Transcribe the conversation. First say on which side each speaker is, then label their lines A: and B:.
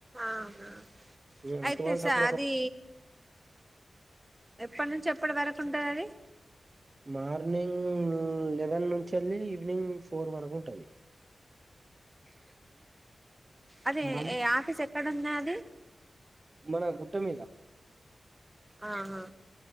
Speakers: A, on the right (about 15°); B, on the right (about 40°).
A: అవునా
B: మ్
A: అయితే
B: అటువంటప్పుడు
A: సార్ అది ఎప్పటి నుంచి ఎప్పటి వరకు ఉంటుంది అది
B: మార్నింగ్ లెవెన్ నుంచి వెళ్లి ఈవినింగ్ ఫోర్ వరకు ఉంటది
A: అది
B: మళ్ళీ
A: ఈ ఆఫీస్ ఎక్కడ ఉన్నాది
B: మన గుట్ట మీద
A: ఆహా